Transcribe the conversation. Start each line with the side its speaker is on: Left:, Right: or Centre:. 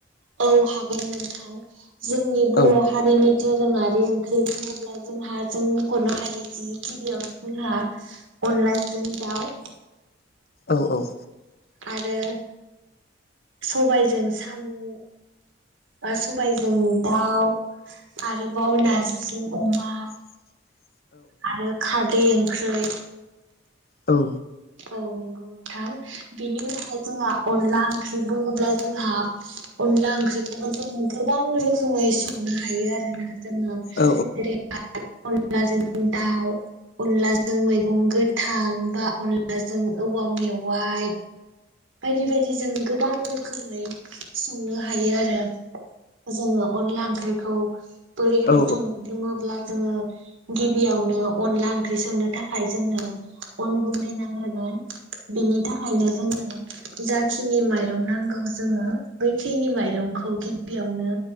Right: औ हागोन नोंथां जोंनि बर'
Left: औ
Right: हारिनि दोरोङारि ओं ओंख्रि बुङोब्ला जोंहा जों मख'नो हायो जि बियावनो जोंहा अनलाजों दाउ
Left: औ औ
Right: आरो सबायजों सामु बा सबायजों दाउ आरोबाव नारजिजों अमा
Left: <inaudible>
Right: आरो खारदै ओंख्रै
Left: औ
Right: औ नंगौ नोंथां बिनि उनावहाय जोंहा अनला ओंख्रि बुङोब्ला जोंहा अनला ओंख्रिखौबो जों गोबां रोखोमै स संनो हायो आरोना जोङो जेरै
Left: औ
Right: <unintelligible> अनलाजों दाउ अनलाजों मैगं गोथां बा अनला अनलाजों औवा मेवाइ बायदि बायदि जों गोबां रोखोमै संनो हायो आरो जोङो अनला ओंख्रिखौ बोरैहाय
Left: औ
Right: संङो बुङोब्ला जोङो गिबियावनो अनला ओंख्रि संनो थाखाय जोंनो अन गुन्दै नांग्रोगोन बिनि थाखायनो जोङो जाखिनि माइरं नांगौ जोङो बैखिनि माइरंखौ गिबियावनो